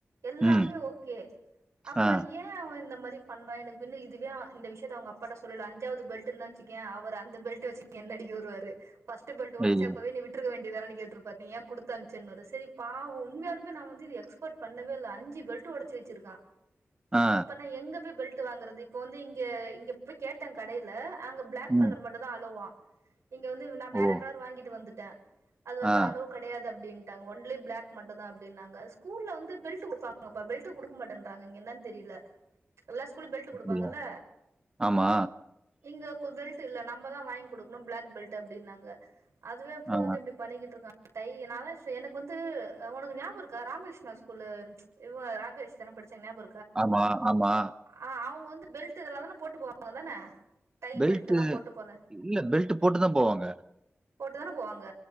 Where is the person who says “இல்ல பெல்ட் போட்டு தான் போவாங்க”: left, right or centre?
Right